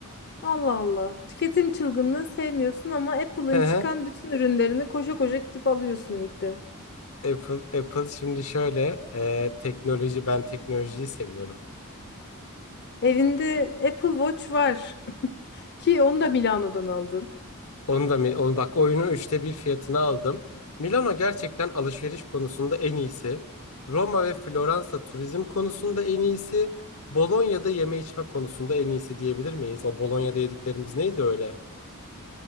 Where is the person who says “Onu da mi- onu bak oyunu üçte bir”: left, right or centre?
Left